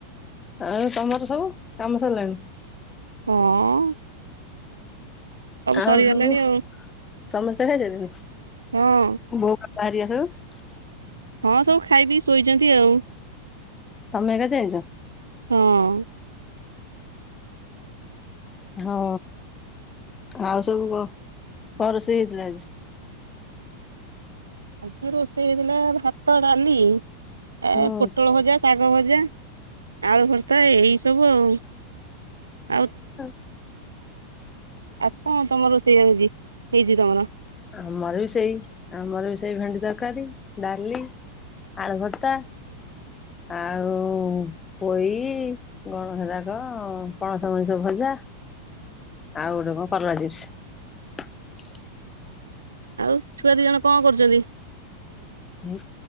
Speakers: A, on the left; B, on the right.
A: ଆଉ ତମର ସବୁ କାମ ସରିଲାଣି?
B: ହଁ।
A: ଆଉ
B: ସରିଗଲାଣି
A: ସବୁ
B: ଆଉ
A: ସମସ୍ତେ ଖାଇ ସାରିଲେଣି
B: ହଁ
A: ଭୋକ ଆରିଆ। <unintelligible>
B: ହଁ ସବୁ ଖାଇ ପିଇ ଶୋଇଛନ୍ତି ଆଉ।
A: ତମେ ଏକା ଚେଇଚ
B: ହଁ
A: ହଁ ଆଉ ସବୁ କ କଣ ରୋଷେଇ ହେଇଥିଲା ଆଜି?
B: ଆଜି ରୋଷେଇ ହେଇଥିଲା ଭାତ ଡାଲି ଏ
A: ହୁଁ।
B: ପୋଟଳ ହଜାର ଶାଗ ଭଜା। ଆଳୁ ଭର୍ତା ଏଇ ସବୁ ଆଉ ଆଉ-
A: ତ
B: ଆଉ କଣ ତମର ସେଇ ହେଉଛି ହେଇଛି ତମର?
A: ଆମର ବି ସେଇ ଆମର ବି ସେଇ ଭେଣ୍ଡି ତରକାରୀ ଡାଲି ଆଳୁ ଭର୍ତ୍ତା ଆଉ ପୋଇ ହେଇଟା କଣ ପଣସ ଭଜା ଆଉ ଗୋଟେ କଣ କଲରା ଚିପ୍ସ।
B: ଆଉ ଛୁଆ ଦି ଜଣ କଣ କରୁଛନ୍ତି?
A: ଏଇ